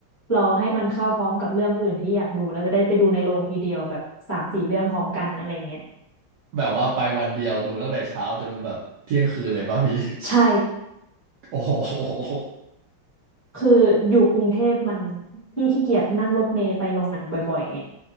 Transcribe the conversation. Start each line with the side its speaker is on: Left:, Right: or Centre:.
Left: รอให้มันเข้าพร้อมกับเรื่องอื่นที่อยากดูแล้วจะได้ไปดูในโรงทีเดียวแบบสามสี่เรื่องพร้อมกันอะไรเงี้ย
Right: แบบว่าไปวันเดียวดูตั้งแต่เช้าจนแบบเที่ยงคืนเลยป่ะพี่
Left: ใช่
Right: <laughs> โอ้โห
Left: คืออยู่กรุงเทพมันพี่ขี้เกียจนั่งรถเมล์ไปโรงหนังบ่อยๆไง